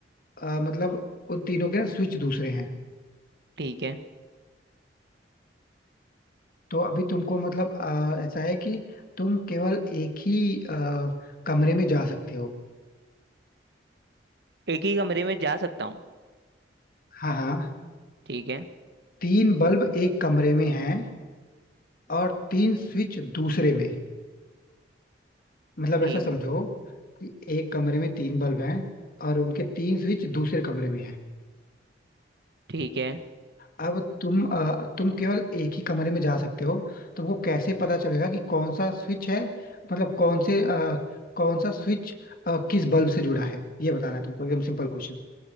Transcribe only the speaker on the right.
ठीक है
एक ही कमरे में जा सकता हूँ
ठीक है
ठीक
है
ठीक है